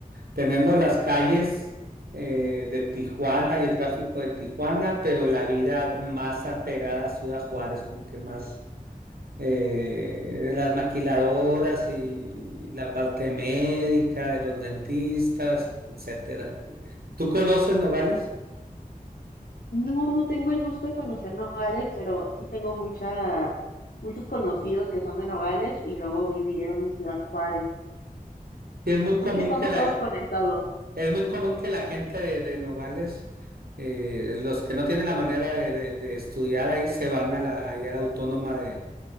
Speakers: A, on the right; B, on the left.
A: Tenemos las calles eh, de Tijuana y el tráfico de Tijuana, pero la vida más apegada a Ciudad Juárez, como que más eh, las maquiladoras y la parte médica de los dentistas, etcétera. ¿Tú conoces Nogales?
B: No, no tengo el gusto de conocer Nogales, pero sí tengo mucha, muchos conocidos que son de Nogales y luego vivieron en Ciudad Juárez.
A: Sí, Es muy común
B: Es que estamos
A: que la,
B: todos conectados.
A: es muy común que la gente de, de Nogales, eh, los que no tienen la manera de, de- de estudiar ahí, se van a la, allá a la autónoma de,